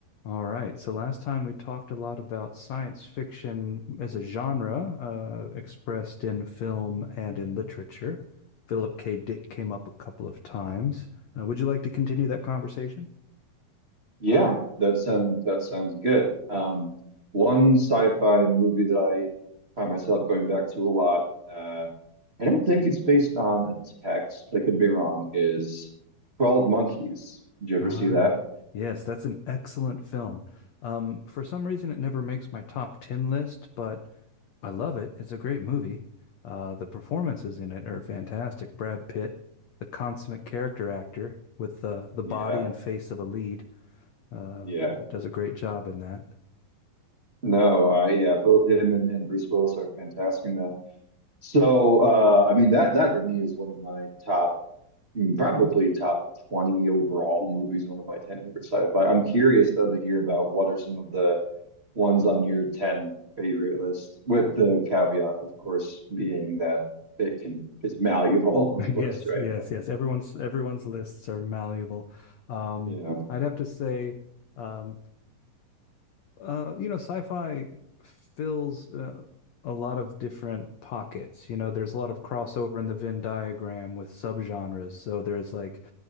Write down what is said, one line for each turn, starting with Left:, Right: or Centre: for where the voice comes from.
Left: All right. So last time we talked a lot about science fiction as a genre, uh, expressed in film and in literature. Philip K. Dick came up a couple of times. Uh, would you like to continue that conversation?
Right: Yeah, that sounds that sounds good. Um, one sci-fi movie that I find myself going back to a lot, uh, I don't think it's based on a text, but I could be wrong, is 12 Monkeys. Did you ever
Left: Ah,
Right: see that?
Left: yes, that's an excellent film. Um, for some reason, it never makes my top 10 list, but I love it. It's a great movie. Uh, the performances in it are fantastic. Brad Pitt, the consummate character actor with uh, the body
Right: Yeah,
Left: and face of a lead, uh,
Right: yeah.
Left: does a great job in that. <laughs>
Right: No, I yeah, both him and, and Bruce Willis are fantastic in that. So uh I mean that that for me is one of my top Mm, Probably top 20 overall movies, one of my 10 favorite sci-fi. I'm curious though to hear about what are some of the ones on your 10 favorite list, with the caveat, of course, being that it can it's malleable, <laughs> of course,
Left: Yes,
Right: right?
Left: yes,
Right: But
Left: yes. Everyone's everyone's lists are malleable. Um,
Right: yeah.
Left: I'd have to say, um, uh, you know, sci-fi fills uh, a lot of different pockets. You know, there's a lot of crossover in the Venn diagram with subgenres. So there's like